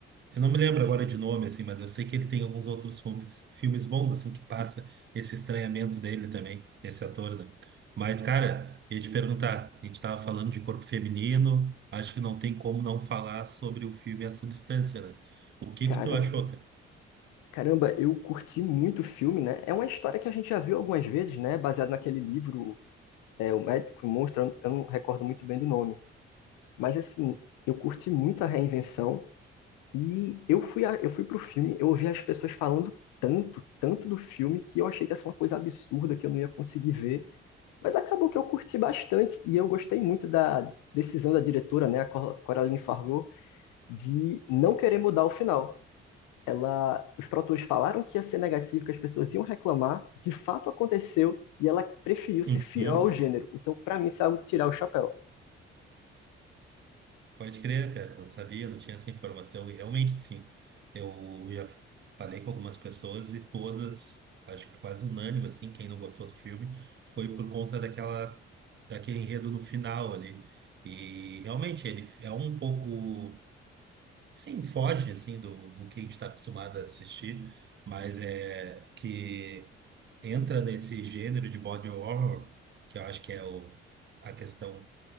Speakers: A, on the right; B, on the left.
A: eu não me lembro agora de nome, assim, mas eu sei que ele tem alguns outros filmes, filmes bons, assim, que passa esse estranhamento dele também, esse ator, né? Mas, cara, eu ia te perguntar, a gente tava falando de corpo feminino, acho que não tem como não falar sobre o filme A Substância, né? O que
B: Caramba.
A: que tu achou, cara?
B: Caramba, eu curti muito o filme, né? É uma história que a gente já viu algumas vezes, né? Baseado naquele livro, é, O Médico e o Monstro, eu não- eu não recordo muito bem do nome. Mas, assim, eu curti muito a reinvenção e eu fui, a, eu fui pro filme, eu ouvi as pessoas falando tanto, tanto do filme, que eu achei que ia ser uma coisa absurda, que eu não ia conseguir ver. Mas acabou que eu curti bastante e eu gostei muito da decisão da diretora, né, a Cor- Coraline Fargo, de não querer mudar o final. Ela, os produtores falaram que ia ser negativo, que as pessoas iam reclamar, de fato aconteceu e ela preferiu ser
A: Uhum.
B: fiel ao gênero. Então, pra mim, isso é algo de tirar o chapéu.
A: Pode crer, cara, eu não sabia, não tinha essa informação. E realmente, sim, eu já falei com algumas pessoas e todas, acho que quase unânime, assim, quem não gostou do filme, foi por conta daquela, daquele enredo no final ali. E realmente, ele é um pouco, sim, foge, assim, do, do que a gente está acostumado a assistir, mas é que entra nesse gênero de body horror, que eu acho que é o, a questão